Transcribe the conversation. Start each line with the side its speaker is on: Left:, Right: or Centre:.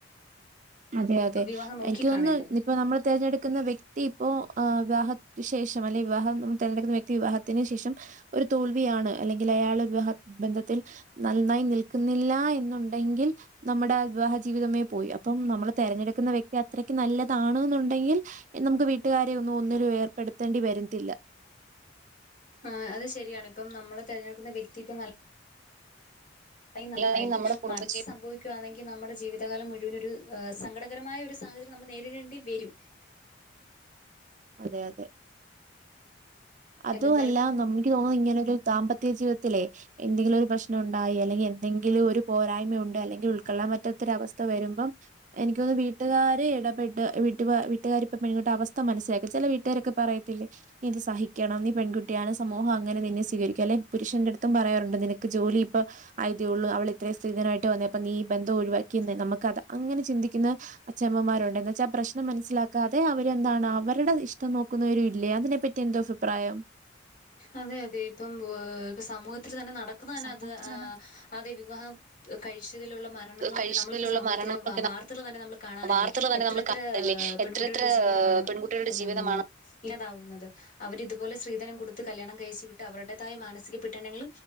Right: അതെ അതെ.
Left: വിവാഹം നോക്കിക്കാണേണ്ടത്
Right: എനിക്ക് തോന്നുന്ന് ഇപ്പൊ നമ്മൾ തിരഞ്ഞെടുക്കുന്ന വ്യക്തി ഇപ്പോ ഏഹ് വിവാഹത് ശേഷം അല്ലങ്കിൽ വിവാഹം നമ്മൾ തിരഞ്ഞെടുക്കുന്ന വ്യക്തി വിവാഹ ത്തിന് ശേഷം ഒരു തോൽവിയാണ് അല്ലെങ്കിൽ അയാള വിവാഹ ബന്ധത്തിൽ നന്നായി നിൽക്കുന്നില്ല എന്നുണ്ടെങ്കിൽ നമ്മുടെ വിവാഹ ജീവിതമേ പോയി അപ്പം നമ്മൾ തിരഞ്ഞെടുക്കുന്ന വ്യക്തി അത്രക്ക് നല്ലതാണ് എന്നുണ്ടെങ്കിൽ നമുക്ക് വീട്ടുകാരെ ഒന്നും ഒന്നിനും ഏർപ്പെടുത്തേണ്ടി വരത്തില്ല
Left: ആഹ് അത് ശരിയാണ് ഇപ്പം നമ്മള് തെരഞ്ഞെടുക്കുന്ന വ്യക്തി ഇപ്പം നല്ല നല്ലളരമായിരിക്കും
Right: ഇല്ലെങ്കിൽ നമ്മുടെ കുടുംബജീവിതത്തിലാണെങ്കിൽ
Left: മറിച്ച് സംഭവിക്കുകവാണെങ്കിൽ നമ്മുടെ ജീവിതകാലം മുഴുവനൊ ഒരു സങ്കട സങ്കടകരമായ ഒരു സാഹചര്യം നമ്മൾ നേരിടേണ്ടി വരും
Right: അതെ അതെ അതു
Left: എന്നിരുന്നാലും
Right: അല്ല
Left: ഇപ്പം
Right: നമുക്ക് തോന്നും ഇങ്ങനെ ഒരു ദാമ്പത്യ ജീവിതത്തിലേ എന്തെങ്കിലും ഒരു പ്രശ്നം ഉണ്ടായി അല്ലെങ്കിൽ എന്തെങ്കിലും ഒരു പോരായ്മ ഉണ്ട് അല്ലെങ്കിൽ ഉൾക്കൊള്ളാൻ പറ്റാത്തൊരവസ്ഥ വരുമ്പം എനിക്കൊന്ന് വീട്ടുകാര് ഇടപെട്ട് വീട്ടുക വീട്ടുകാരിപ്പ പെൺങ്ങിട്ട് അവസ്ഥ മനസ്സിലാക്കും ചില വീട്ടുകാരൊക്കെ പറയത്തില്ലേ നീ ഇത് സഹി ിക്കണംന്ന്ഈ പെൺകുട്ടിയാണ് സമൂഹം അങ്ങനെ നിന്നെ സ്വീകരിക്ക അല്ലെ പുരുഷന്റെ അടുത്തും പറയാറുണ്ട് നിനക്ക് ജോലി ഇപ്പൊ ആയിതേ ഉള്ളൂ അവള ഇത്രയും സ്ത്രിതനായിട്ട് വന്നേ അപ്പൊ നീ ബന്ധം ഒഴിവാക്കിയേ നമുക്ക്ത് അങ്ങനെ ചിന്തിക്കുന്ന അച്ഛമ്മമാരുണ്ട് എന്ന വച്ചാൽ പ്രശ്നം മനസ്സിലാക്കാതെ അവര് എന്താണ് അവരുടെ ഇഷ്ടം നോക്കുന്നവര ഇല്ലേ അതിനെപ്പറ്റി എന്തോ അഭി അഭിപ്രായം
Left: അതെ അതെ ഇപ്പം ഇപ്പ സമൂഹത്തിൽ തന്നെ നട
Right: സമൂഹത്തിൽ
Left: അത്്
Right: തന്നെ
Left: അതെ വിവാഹം കഴിച്ചതിലുള്ള മരണങ്ങളൊക്കെ
Right: കഴിച്ചതിലുള്ള
Left: നമ്മളിപ്പോ സമൂഹത്തിലെ
Right: മരണങ്ങളൊക്കെ
Left: വാർ തന്നെ നമ്മൾ കാണാറില്ലേ
Right: വാർത്തകൾ തന്നെ
Left: എത്രത്ര
Right: നമ്മൾ കാണുന്നില്ലേ എത്ര
Left: പെൺകുട്ടികളുടെ
Right: എത്ര
Left: ജീവിതമാണ്
Right: പെൺകുട്ടികളുടെ
Left: ഉം
Right: ജീവിതമാണ്
Left: താവുന്നത് അവരിതുപോലെ സ്ത്രീധനം കൊടുത്ത് കല്യാണം കഴിച്ചുവിട്ട് അവരുടേതായ മാനസിക പെട്ടണങ്ങൾ